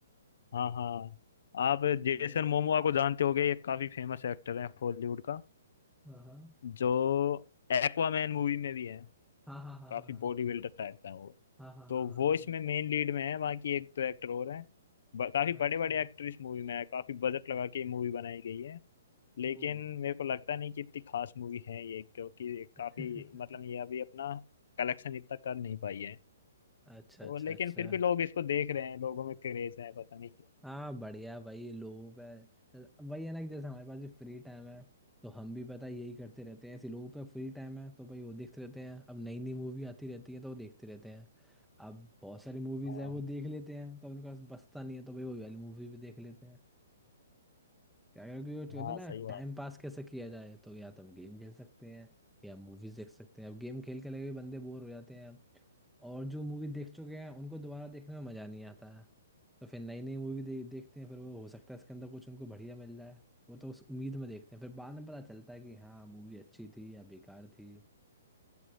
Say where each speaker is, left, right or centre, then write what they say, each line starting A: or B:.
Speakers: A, on the left; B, in the centre.
A: हाँ हाँ आप
B: मेरे
A: जेसन मोमोआ को जानते होगे ये काफी फेमस एक्टर है हॉलीवुड का
B: हाँ हाँ
A: जो एक्वामैन मूवी में भी है
B: हाँ हाँ
A: काफी
B: हाँ
A: बॉडी बिल्डर टाइप का है वो
B: हाँ हाँ
A: तो
B: हाँ हाँ
A: वो
B: हाँ हाँ,
A: इसमें मेन लीड में है बाकी एक दो एक्टर और हैं ब- काफी
B: अच्छा
A: बड़े बड़े एक्टर इस मूवी में है काफी बजट लगा के मूवी बनाई गई है
B: ओ
A: लेकिन मेरे को लगता नहीं कि इतनी खास मूवी है ये क्योंकि
B: <laughs>
A: काफी मतलब ये अभी अपना कलेक्शन इतना कर नहीं पाई है
B: अच्छा
A: और
B: अच्छा
A: लेकिन
B: अच्छा
A: फिर भी लोग इसको देख रहे हैं लोगों में क्रेज है पता नहीं क्या
B: हाँ बढ़िया भाई लोगों पे जैसे- वही है ना कि जैसे हमारे पास भी फ्री टाइम है तो हम भी पता है यही करते रहते हैं ऐसे लोगों पे फ्री टाइम है तो भाई वो देखते रहते हैं अब नई नई मूवी आती रहती है तो वो देखते रहते हैं अब बहुत सारी मूवीज
A: हाँ
B: है वो देख लेते हैं तो उनके पास बचता नहीं है तो भाई वो वाली मूवी भी देख लेते हैं क्या क्योंकि वो होता
A: हाँ
B: है ना
A: सही बात
B: टाइम पास कैसे किया जाए तो या तो हम गेम खेल सकते हैं या मूवीज देख सकते हैं अब गेम खेल के लगे बंदे बोर हो जाते हैं और जो मूवी देख चुके हैं उनको दोबारा देखने में मज़ा नहीं आता है तो फिर नई नई मूवी दे, देखते हैं फिर वो हो सकता है इसके अंदर कुछ उनको बढ़िया मिल जाए वो तो उस उम्मीद में देखते हैं फिर बाद में पता चलता है कि हाँ मूवी अच्छी थी या बेकार थी